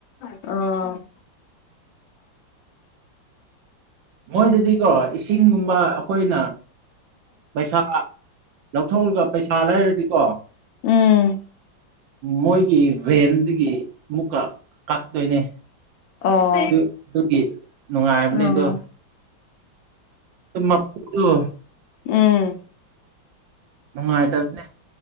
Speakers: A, on the left; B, on the right.
A: ꯑ
B: ꯃꯣꯏꯗꯗꯤꯀꯣ ꯏꯁꯤꯡꯒꯨꯝꯕ ꯑꯩꯈꯣꯏꯅ ꯄꯩꯁꯥ ꯀ ꯂꯧꯊꯣꯛꯔꯒ ꯄꯩꯁꯥ ꯂꯩꯔꯗꯤꯀꯣ
A: ꯎꯝ
B: ꯃꯣꯏꯒꯤ ꯔꯦꯟꯗꯒꯤ ꯃꯨꯛꯀ ꯀꯛꯇꯣꯏꯅꯦ
A: ꯑꯣ
B: ꯑꯗꯨ ꯑꯗꯨꯒꯤ ꯅꯨꯡꯉꯥꯏꯕꯅꯦ
A: ꯑꯣ
B: ꯑꯗꯣ ꯇꯝꯕꯥꯀꯨꯗꯣ
A: ꯎꯝ
B: ꯅꯨꯡꯉꯥꯏꯇꯕꯅꯦ